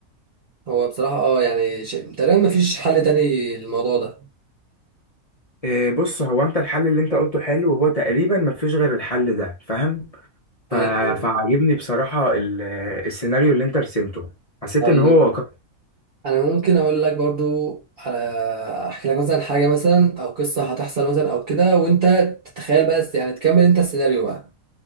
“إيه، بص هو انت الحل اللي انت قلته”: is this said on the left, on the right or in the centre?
Left